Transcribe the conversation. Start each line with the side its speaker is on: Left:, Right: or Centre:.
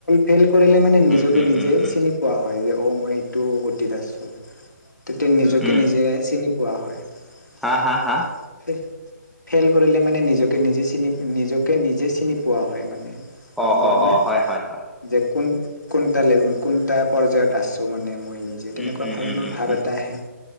Left: ফেইল কৰিলে মানে নিজকে
Centre: উম উম
Left: নিজে
Centre: উম উম
Left: চিনি পোৱা হয়। যে অ', মই এইটো গতিত আছোঁ। তেতিয়া নিজকে
Centre: উম
Left: নিজে চিনি পোৱা হয়।
Centre: হা হা হা
Left: ফেইল কৰিলে মানে নিজকে নিজে চিনি নিজকে নিজে চিনি পোৱা হয় মানে। <unintelligible>
Centre: অ অ অ হয় হয় হয়
Left: যে কোন কোনটা ল কোনটা পৰ্যায়ত আছোঁ মানে মই নিজে
Centre: উম,
Left: তেনেকুৱা
Centre: উম,
Left: ধৰণৰ
Centre: উম, উম,
Left: ভাৱ
Centre: উম।
Left: এটা আহে।